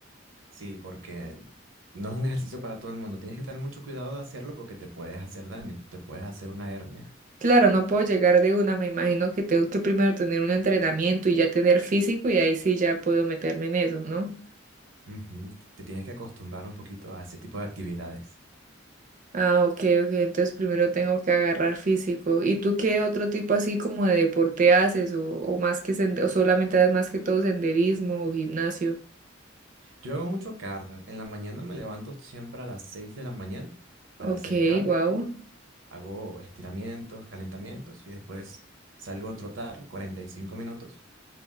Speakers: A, on the right (about 80°); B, on the right (about 40°).
A: Sí, porque no es un ejercicio para todo el mundo. Tienes que tener mucho cuidado de hacerlo porque te puedes hacer daño, te puedes hacer una hernia.
B: Claro, no puedo llegar de una, me imagino que tengo que primero tener un entrenamiento y ya tener físico y ahí sí ya puedo meterme en eso, ¿no?
A: Ujú, Te tienes que acostumbrar un poquito a ese tipo de actividades.
B: Ah, ok, ok. Entonces primero tengo que agarrar físico. ¿Y tú qué otro tipo así como de deporte haces? ¿O, o más que sende- o solamente haces más que todo senderismo o gimnasio?
A: Yo hago mucho cardio. En la mañana me levanto siempre a las 6 de la mañana para
B: Ok,
A: hacer cardio.
B: wow.
A: Hago estiramientos, calentamientos y después salgo a trotar 45 minutos.